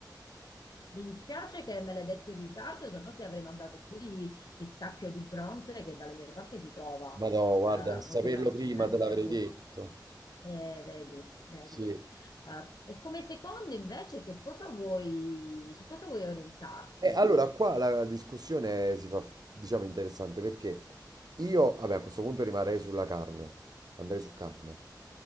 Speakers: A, on the left (about 60°); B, on the right (about 60°).
A: mi dispiace che me l'hai detto in ritardo, se no ti avrei mandato un po' di pistacchio di Bronte che dalle mie parti si trova
B: Madò, guarda,
A: eh,
B: a saperlo
A: molto facilmente,
B: prima te l'avrei
A: che è buonissimo.
B: detto.
A: Eh, vedi, vedi.
B: Sì.
A: Eh, e come secondo invece, che cosa vuoi, su cosa vuoi orientarti?
B: E allora qua la discussione si fa, diciamo, interessante perché io, vabbè, a questo punto rimarrei sulla carne. Andrei su carne.